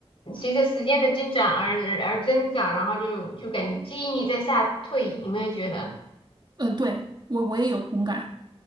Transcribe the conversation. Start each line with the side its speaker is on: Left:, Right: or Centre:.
Left: 随着时间的增长而而增长，然后就就感觉记忆力在下退，有没有觉得？
Right: 嗯，对，我我也有同感。